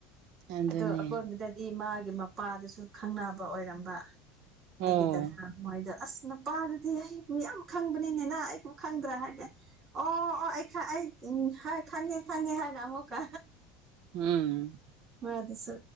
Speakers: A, on the right; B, on the right.
A: ꯑꯗꯨꯅꯦ
B: ꯑꯗꯣ ꯑꯀꯣꯟꯕꯗꯗꯤ ꯃꯥ ꯒꯤ ꯃꯄꯥꯗꯨꯁꯨ ꯈꯪꯅꯕ ꯑꯣꯏꯔꯝꯕ
A: ꯑꯣ
B: ꯑꯩꯒꯤ ꯗꯗꯥ ꯃꯣꯏꯗꫭ ꯑꯁ ꯅꯨꯄꯥꯗꯨꯗꯤ ꯑꯩ ꯃꯤ ꯌꯥꯝ ꯈꯪꯕꯅꯤꯅꯤꯅ ꯑꯩꯕꯨ ꯈꯪꯗ꯭ꯔꯥ ꯍꯥꯏꯕꯅꯦ꯫ ꯑꯣ ꯑꯣ ꯑꯩ ꯈ ꯑꯩ ꯎꯝ ꯍꯥꯏ ꯈꯪꯉꯦ-ꯈꯪꯉꯦ ꯍꯥꯏꯔ ꯑꯃꯛꯀ
A: ꯎꯝ꯫
B: ꯃꯥ ꯑꯗꯨꯁꯨ